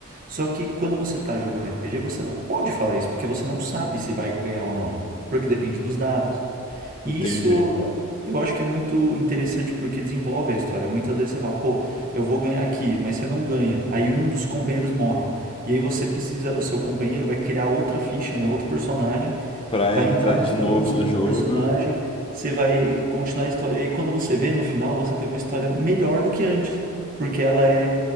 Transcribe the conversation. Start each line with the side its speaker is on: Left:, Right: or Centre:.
Right: Só que quando você está jogando RPG, você não pode falar isso, porque você não sabe se vai ganhar ou não, porque depende dos dados.
Left: entendi.
Right: E isso eu acho que é muito interessante porque desenvolve a história. Muitas vezes você fala, pô, eu vou ganhar aqui, mas você não ganha. Aí um dos companheiros morre. E aí você precisa, o seu companheiro vai criar outra ficha, né, outro personagem,
Left: Pra
Right: vai
Left: entrar
Right: entrar na
Left: de
Right: história
Left: novo
Right: com o segundo
Left: no jogo,
Right: personagem, você vai continuar a história. E aí quando você vê no final, você tem uma história melhor do que antes, porque ela é